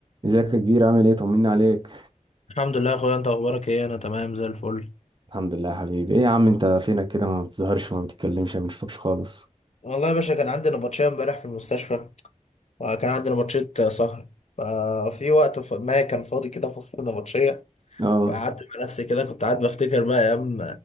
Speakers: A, on the right; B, on the left.
A: ازيك يا كبير عامل ايه طمني عليك
B: الحمد لله يا اخويا انت اخبارك ايه انا تمام زي الفل
A: الحمد لله يا حبيبي ايه يا عم انت فينك كده ما بتظهرش وما بتتكلمش ما بنشوفكش خالص
B: والله يا باشا كان عندي نبطشية امبارح في المستشفى وكان عندي نبطشية سهر ففي وقت ف- ما كان فاضي كده في وسط النبطشية
A: اه
B: فقعدت مع نفسي كده كنت قاعد بفتكر بقى ايام